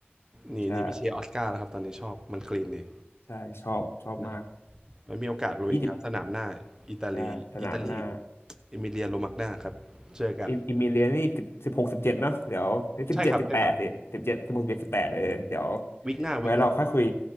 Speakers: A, on the right; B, on the left.
A: หนี่นี่ไปเชียร์ออสการ์แล้วครับตอนนี้ชอบมันคลีนดี
B: ใช่ใช่ชอบชอบมาก
A: นะครับไม่มีโอกาสลุยครับสนามหน้าอิตาลีอิตาลี
B: ยี่สิบได้สนามหน้า
A: เอมิเลียโรมากนาครับเจอกัน
B: อิมอิมิเลียนนี่สิบสิบหกสิบเจ็ดเนาะเดี๋ยวสิบเจ็ดสิบแปดสิสิบเจ็ดสิบหกสิบเจ็ดสิบแปดเออเดี๋ยว
A: ใช่ครับใช่ครับ วิกหน้าวิกหน้า
B: ไว้เราค่อยคุย